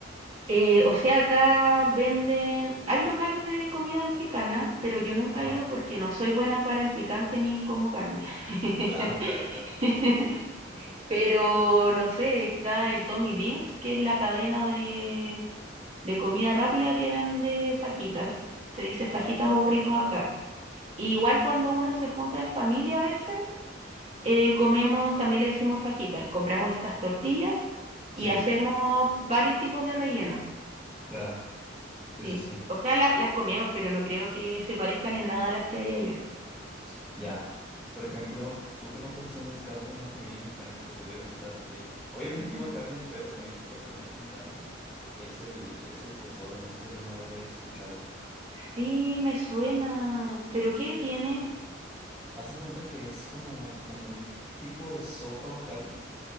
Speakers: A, on the right; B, in the centre.
A: Eh, o sea, acá venden, hay locales de comida mexicana, pero yo nunca
B: Ajá.
A: he ido porque
B: <laughs>
A: no soy buena para el picante ni como carne. <laughs>
B: Claro, claro, claro. Sí, sí, sí. Te Entiendo.
A: Pero no sé, está el Tommy Beans, que es la cadena de, de comida rápida que vende fajitas. Se dice fajitas
B: Ah, ok.
A: o burritos acá. Y igual cuando uno se junta en familia a veces, eh, comemos, también le decimos fajitas, compramos estas tortillas
B: Sí,
A: y hacemos varios tipos de relleno.
B: claro. Sí,
A: Sí,
B: sí, sí.
A: o sea, la- las comemos, pero no creo que se parezcan en nada a las que hay allá.
B: S- Ya. Por ejemplo, tú que no consumes carne, una comida mexicana que te pudiera gustar, que obviamente
A: Ujú.
B: lleva carne, pero también se puede comer sin carne, es el, es el pozole. No sé si alguna vez lo hayas escuchado.
A: Sí, me suena, pero ¿qué tiene?
B: Haz de cuenta que es como, como un tipo de sopa o caldo